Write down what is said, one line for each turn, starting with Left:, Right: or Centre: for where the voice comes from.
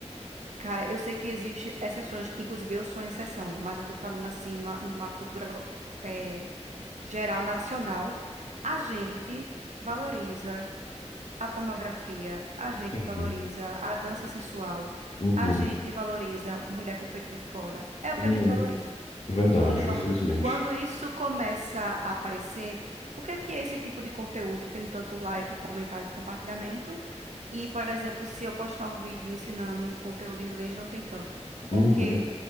Right: cara, eu sei que existe exceções, inclusive eu sou exceção, mas eu tô falando assim, numa, numa cultura glo- eh, geral, nacional, a gente valoriza. a pornografia, a gente
Left: Sim.
Right: valoriza a dança sensual,
Left: Uhum.
Right: a gente valoriza mulher com peito de fora. É o
Left: Uhum.
Right: que a gente valoriza.
Left: É Verdade,
Right: Então,
Left: infelizmente.
Right: quando isso começa a aparecer, por que que esse tipo de conteúdo tem tanto like, comentário, compartilhamento? E, por exemplo, se eu postar um vídeo ensinando um conteúdo em inglês, não tem tanto.
Left: Uhum.
Right: Porque